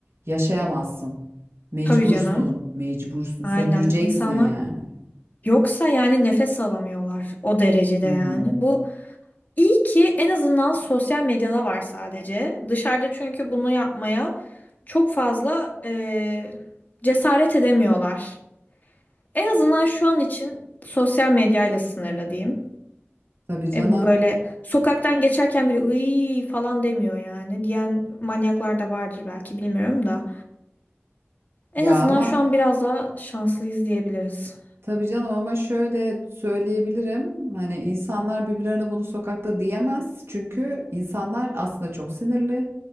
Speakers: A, on the right; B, on the left.
A: yaşayamazsın. Mecbursun,
B: Tabii canım.
A: mecbursun,
B: Aynen.
A: sömüreceksin
B: İnsanlar
A: yani.
B: yoksa yani nefes alamıyorlar o derecede
A: Hı
B: yani.
A: hı.
B: Bu iyi ki en azından sosyal medyada var sadece. Dışarıda çünkü bunu yapmaya çok fazla eee, cesaret edemiyorlar. En azından şu an için sosyal medyayla sınırlı diyeyim.
A: Tabii canım.
B: E, bu böyle sokaktan geçerken biri ıy falan demiyor yani. Diyen manyaklar da vardır belki bilmiyorum da. En
A: Ya
B: azından
A: ama
B: şu an biraz daha şanslıyız diyebiliriz.
A: tabii canım ama şöyle söyleyebilirim. Hani insanlar birbirlerine bunu sokakta diyemez. Çünkü insanlar aslında çok sinirli.